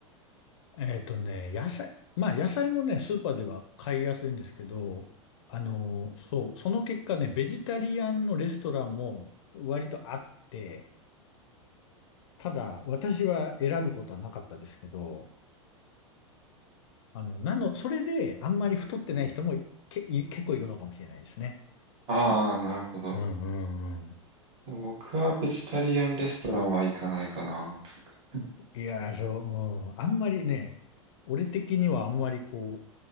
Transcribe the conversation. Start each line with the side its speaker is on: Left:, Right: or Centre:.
Left: えっとね、野菜、まあ野菜もね、スーパーでは買いやすいんですけど、あの、そう、その結果ね、ベジタリアンのレストランも割とあって、ただ私は選ぶことはなかったですけど、あの、なの、それであんまり太ってない人もけ、い結構いるのかもしれないですね。
Right: ああ、なるほど。
Left: うんうんうん
Right: 僕はベジタリアンレストランは行かないかな。<laughs>
Left: いやー、そう、うん。あんまりね、俺的にはあんまりこ